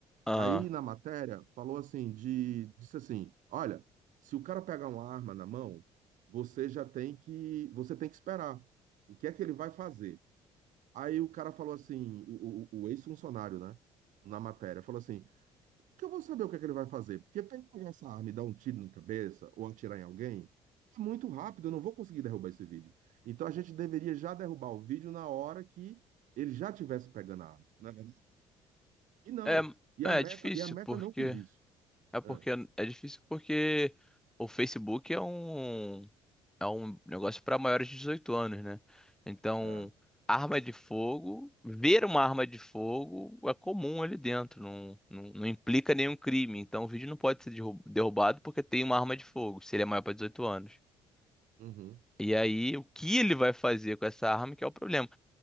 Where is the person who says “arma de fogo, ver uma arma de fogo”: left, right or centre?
Centre